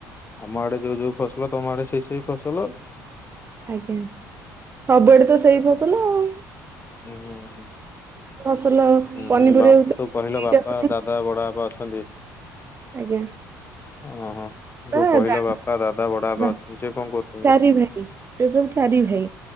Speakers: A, on the left; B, on the right.
A: ଆମ ଆଡେ ଯୋଉ ଯୋଉ ଫସଲ ତମ ଆଡେ ସେଇ ସେଇ ଫସଲ।
B: ଆଜ୍ଞା ସବୁଆଡେ ତ ସେଇ ଫସଲ ଆଉ।
A: ଉଁ ହୁଁ ହୁଁ
B: ଫସଲ
A: ଉଁ
B: ପନିପରିବା
A: ହୁଁ ବାପୁ
B: ଭିତରେ
A: ତ କହିଲ ବାପା
B: ଚାଷ ନାହିଁ
A: ଦା ଦା ବଡବାପା ଅଛନ୍ତି।
B: ଆଜ୍ଞା।
A: ଓହୋ
B: ବା
A: ଯୋଉ କହିଲ
B: ଦା
A: ବାପା, ଦାଦା, ବଡବାପା
B: ବା
A: ଅଛନ୍ତି ସେ କଣ କରୁଚନ୍ତି
B: ଚାରି
A: ତ?
B: ସେ ସବୁ ଚାରି ଭାଇ